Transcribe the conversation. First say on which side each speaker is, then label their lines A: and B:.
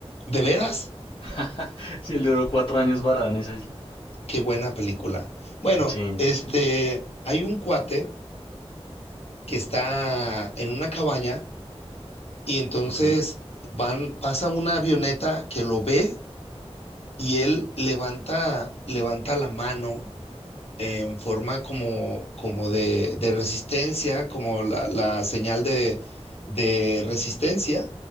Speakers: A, on the left; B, on the left.
A: ¿De veras?
B: <laughs> Sí, él duró cuatro años varado en esa isla.
A: Qué buena película. Bueno,
B: Sí,
A: este,
B: sí, sí.
A: hay un cuate que está en una cabaña y entonces
B: Ok,
A: van, pasa una avioneta que lo ve y él levanta, levanta la mano en forma como, como de, de resistencia, como la, la señal de, de resistencia,